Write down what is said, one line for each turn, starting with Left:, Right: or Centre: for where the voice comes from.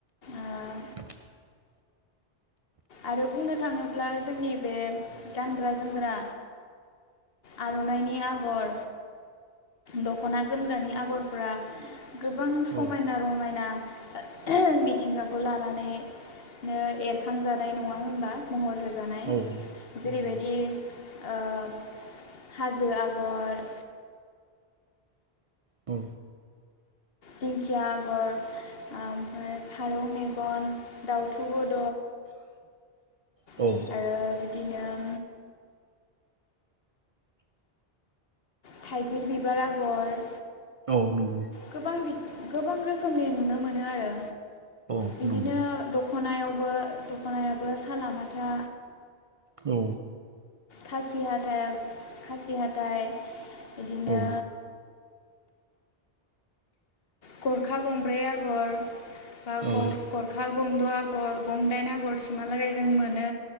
Left: ओ
Right: <inaudible>
Left: आरो बुंनो थाङोब्ला जोंनि बे
Right: औ
Left: गानग्रा जोमग्रा आरनाइनि आगर दखना जोमग्रानि आगरफोरा गोबां
Right: औ
Left: समायना रमायना ओ मिथिंगाखौ लानानै नो एरखां जा नाय नङा होमबाथ महर हो जानाय
Right: औ
Left: जेरैबायदि
Right: नंगौ
Left: ओब हाजो आगर।
Right: औ
Left: दिंखिया आगर आमफ्राय फारौ मेगन दाउथु गुद
Right: औ
Left: आरो बिदिनो थाइगिर बिबार आगर।
Right: औ नंग
Left: गोबां बि गोबां रोखोमनि नुनो मोनो आरो
Right: औ
Left: बिदिनो
Right: नंगौ
Left: दखनायाव <unintelligible> बो दखनायाबो सालामाथा
Right: औ
Left: खासि हाथाइ आग खासि हााथाइ बिदिनो
Right: औ
Left: गरखा गंब्रै आगर बा गर
Right: औ
Left: गरखा गंद' आग गर गंदाइन आगरसिमहालागै जों मोनो।